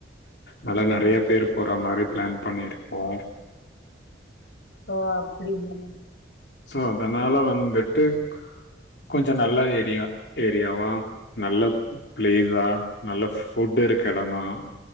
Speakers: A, on the left (about 70°); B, on the left (about 85°).
A: நல்லா
B: ம்.
A: நறைய பேரு போற மாரி ப்ளான் பண்ணிருக்கோ
B: ஓ அப்டியா
A: சோ அதனால வந்துட்டு கொஞ்ச நல்ல ஏ ரியா ஏரியாவா நல்ல பிளேஸா நல்ல ஃபுட் இருக்க எடமா